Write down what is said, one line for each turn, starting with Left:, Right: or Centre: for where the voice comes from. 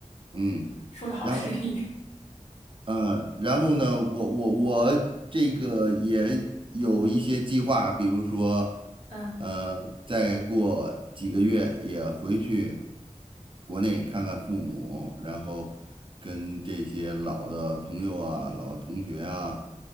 Right: 嗯，
Left: 说的好诗意。
Right: 然后嗯，然后呢，我我我这个也有一些计划，比如说，
Left: <laughs> 嗯，
Right: 呃，再过几个月也回去国内看看父母，然后跟这些老的朋友啊、老同学啊